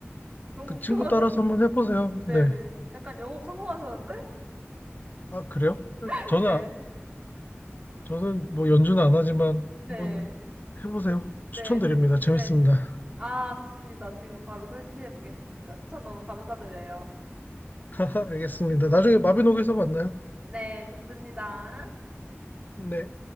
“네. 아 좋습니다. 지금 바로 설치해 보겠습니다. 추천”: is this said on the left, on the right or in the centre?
Right